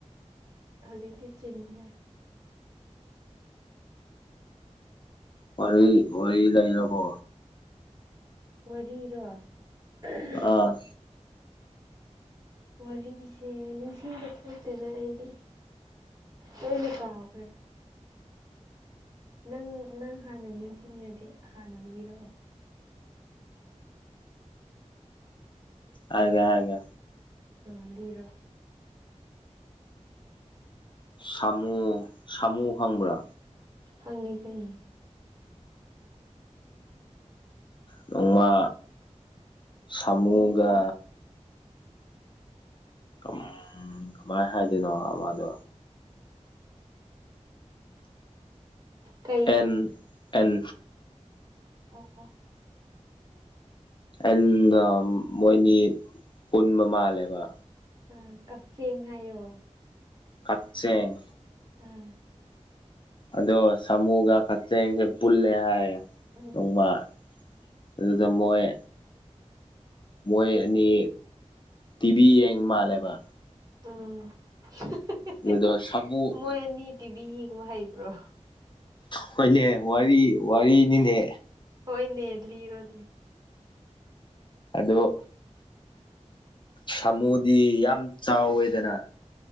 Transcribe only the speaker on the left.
ꯋꯥꯔꯤ ꯋꯥꯔꯤ ꯂꯩꯔꯕꯣ
ꯑꯥ
ꯍꯥꯏꯒꯦ ꯍꯥꯏꯒꯦ
ꯁꯥꯃꯨ ꯁꯥꯃꯨ ꯈꯪꯕ꯭ꯔꯥ
ꯅꯣꯡꯃꯥ ꯁꯥꯃꯨꯒ ꯎꯝ ꯀꯃꯥꯏ ꯍꯥꯏꯗꯣꯏꯅꯣ ꯑꯃꯗꯣ
ꯑꯦꯟ ꯑꯦꯟ
ꯑꯦꯟꯒ ꯃꯣꯏꯅꯤ ꯄꯨꯟꯕ ꯃꯥꯜꯂꯦꯕ
ꯀꯛꯆꯦꯡ
ꯑꯗꯣ ꯁꯥꯃꯨꯒ ꯀꯛꯆꯤꯡꯁꯦ ꯄꯨꯜꯂꯦ ꯍꯥꯏ
ꯅꯣꯡꯃ ꯑꯗꯨꯗ ꯃꯣꯏ ꯃꯣꯏ ꯑꯅꯤ ꯇꯤꯚꯤ ꯌꯦꯡ ꯃꯥꯜꯂꯦꯕ
ꯑꯗꯨꯗꯣ ꯁꯥꯃꯨ
ꯍꯣꯏꯅꯦ ꯋꯥꯔꯤ ꯋꯥꯔꯤꯅꯤꯅꯦ
ꯑꯗꯣ ꯁꯥꯃꯨꯗꯤ ꯌꯥꯝ ꯆꯥꯎꯋꯦꯗꯅ